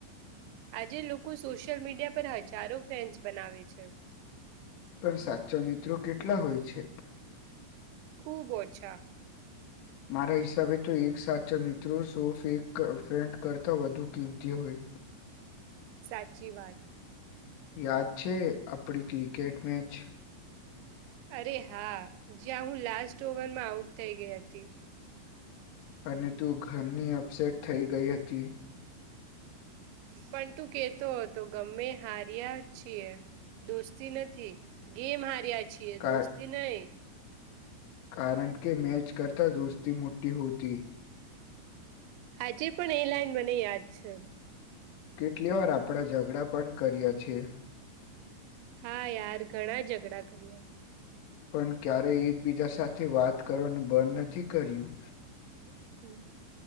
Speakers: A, on the right; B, on the left.
A: આજે લોકો સોશિયલ મીડિયા પર હજારો ફેન્સ બનાવે છે.
B: પણ સાચો મિત્રો કેટલા હોય છે.
A: ખૂબ ઓછા.
B: મારા હિસાબે તો એક સાચો મિત્ર સો ફેંક ફ્રેન્ડ કરતા વધુ કિંમતી હોય. <inaudible>
A: સાચી વાત
B: યાદ છે. આપડી ક્રિકેટ મેચ
A: અરે હા જ્યાં હું લાસ્ટ ઓવરમાં આઉટ થઈ ગઈ હતી
B: અને તું ઘરની અપસેટ થઈ ગઈ હતી.
A: પણ તું કેતો હતો ગમે હાર્યા છીએ. દોસ્તી નથી ગેમ હાર્યા છીએ
B: કાર
A: દોસ્તી નઈ.
B: કારણ કે મેચ કરતા દોસ્તી મોટી હોતી.
A: આજે પણ એ લાઈન મને યાદ છે.
B: કેટલી વાર આપડા ઝઘડા પણ કર્યા છીએ.
A: હા યાર ઘણા ઝગડા કર્યા.
B: પણ ક્યારેય એકબીજા સાથે વાત કરવાનું બંધ નથી કર્યું.
A: હ